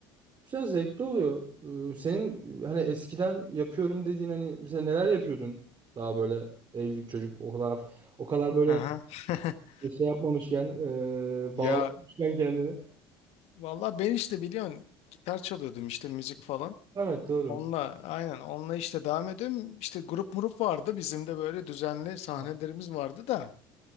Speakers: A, on the right; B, on the left.
A: Güzel zevkli oluyor. Ee, senin hani eskiden yapıyorum dediğin hani mesela neler yapıyordun? Daha böyle evlilik çocuk o kadar o kadar böyle
B: Aha. <laughs>
A: şey yapmamışken e,
B: Ya
A: bağlamışken kendini.
B: valla ben işte biliyorsun gitar çalıyordum işte müzik falan.
A: Evet doğru.
B: Onunla aynen onunla işte devam ediyorum. İşte grup murup vardı bizim de böyle düzenli sahnelerimiz
A: Ha,
B: vardı da.